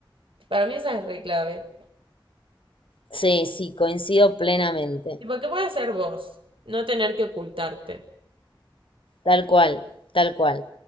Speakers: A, on the right (about 85°); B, on the left (about 85°).
A: Para mí esa es re clave.
B: Sí, sí, coincido plenamente.
A: Tipo, que puedas ser vos, no tener que ocultarte.
B: Tal cual, tal cual.